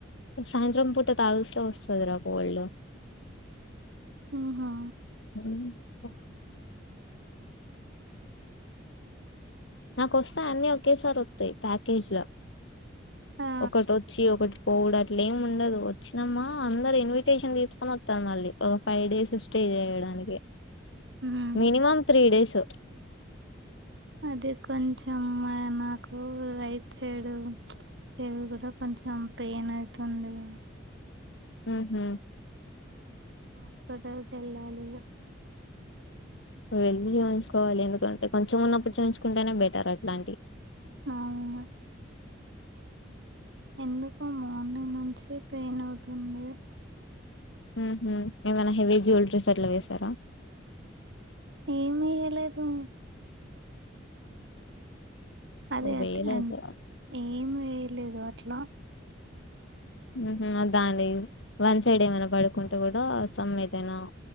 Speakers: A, on the left (about 75°); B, on the right (about 65°).
A: సాయంత్రం పూట తగుస్తే వస్తది రా కోల్డ్
B: ఆహా
A: ఏమీకా నాకోస్తే అన్ని ఒకేసారి వత్తాయ్ ప్యాకేజ్ల
B: ఆ
A: ఒకటొచ్చి ఒకట్ పోవుడు అట్లేమి ఉండదు వచ్చినమా అందరు ఇన్విటేషన్ తీసుకొనత్తరు మళ్ళీ ఒక ఫైవ్ డేస్ స్టే టే చేయడానికి
B: ఉమ్
A: మినిమమ్ త్రీ డేస్.
B: అది కొంచం మర్ నాకు రైట్ సైడ్ చెవి కూడా కొంచెం పెయినయితుంది.
A: మ్ హు
B: హాస్పిటల్ కెళ్ళాలిగ
A: వెళ్ళి చూయించుకోవాలి ఎందుకంటే కొంచెం ఉన్నప్పుడు చూయించుకుంటేనే బెటర్ అట్లాంటివి.
B: అవును ఎందుకో మార్నింగ్ నుంచి పెయినవుతుంది.
A: హ్మ్ హు ఏమైనా హెవీ జ్యువెలరీస్ అట్లా వేసారా
B: ఏమేయ్యలేదు. అదైతే
A: ఓ వేయలేదు
B: ఏం వేయలేదు అట్ల
A: మ్మ్ హు దాన్ని వన్ సైడ్ ఏమైనా పడుకుంటే కూడా సమ్ ఏదైనా